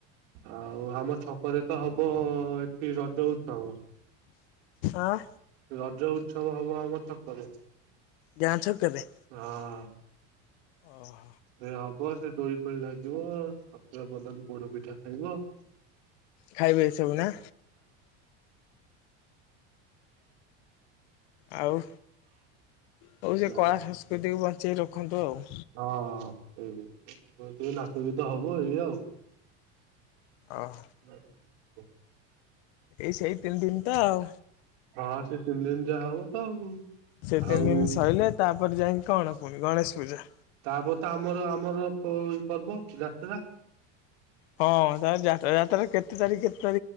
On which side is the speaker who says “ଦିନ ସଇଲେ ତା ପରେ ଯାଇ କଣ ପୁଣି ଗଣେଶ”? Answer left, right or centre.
Left